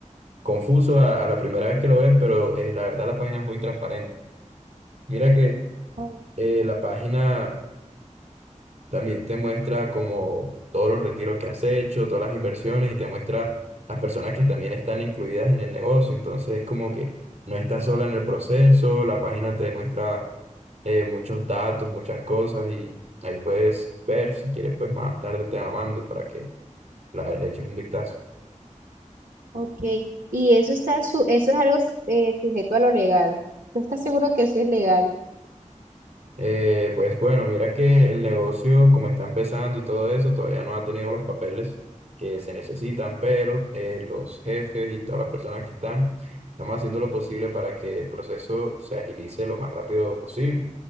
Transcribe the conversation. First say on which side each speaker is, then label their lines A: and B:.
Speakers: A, on the right (about 65°); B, on the right (about 80°).
A: confuso a, a la primera vez que lo ves, pero eh, la verdad la página es muy transparente. Mira que
B: o-
A: eh, la página también te muestra como todos los retiros que has hecho, todas las inversiones y te muestra las personas que también están incluidas en el negocio. Entonces es como que no estás sola en el proceso, la página te muestra eh, muchos datos, muchas cosas y ahí puedes ver, si quieres pues más tarde te la mando para que la, le eches un vistazo.
B: Ok, y eso está su- eso es algo eh, sujeto a lo legal. ¿Tú estás seguro que eso es legal?
A: Eh, pues bueno, mira que el negocio, como está empezando y todo eso, todavía no ha tenido los papeles que se necesitan, pero eh, los jefes y todas las personas que están, estamos haciendo lo posible para que el proceso se agilice lo más rápido posible,